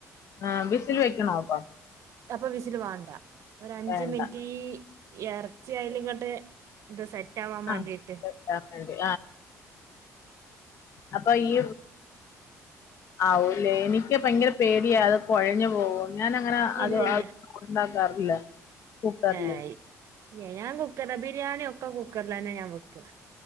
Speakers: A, on the left (about 55°); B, on the right (about 55°).
A: ആഹ് വിസില് വെക്കണോ അപ്പോ
B: അപ്പൊ വിസില് വാണ്ട ഒര് അഞ്ച
A: വേണ്ട
B: മിന്റ് ഈ എർച്ചി അയ്ല് ഇങ്ങട്ട് ത് സെറ്റാവാൻ മാണ്ടിട്ട്
A: ആ വെക്കാൻ വേണ്ടി അപ്പ ഈ ആവോല്ലേ എനിക്ക് ഭയങ്കര പേടിയാ അത് കൊഴഞ് പോകോ ഞാൻ അങ്ങനെ
B: ഇല്ലില്ല
A: അത് ണ്ടാക്കാറില്ല കുക്കർല്
B: ഏയ് ഞാൻ കുക്കർലാ ബിരിയാണി ഒക്കെ കുക്കർലന്നെ ഞാൻ വെക്ക